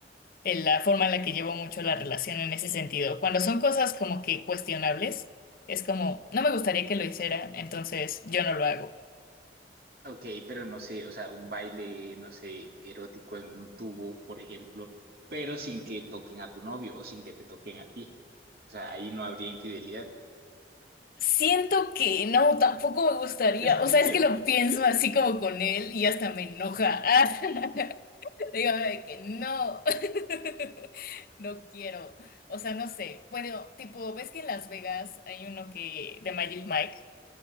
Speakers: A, on the left; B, on the right.
A: el- la forma en la que llevo mucho la relación en ese sentido. Cuando son cosas como que cuestionables, es como, no me gustaría que lo hiciera, entonces yo no lo hago.
B: Ok, pero no sé, o sea, un baile, no sé, erótico en un tubo, por ejemplo, pero sin que toquen a tu novio o sin que te toquen a ti. O sea, ahí no habría infidelidad.
A: Siento que no, tampoco me gustaría.
B: <laughs>
A: O sea, es que lo pienso así como con él y hasta me enoja. <laughs> Digo, de que no, <laughs> no quiero. O sea, no sé. Bueno, tipo, ¿ves que en Las Vegas hay uno que de Magic Mike?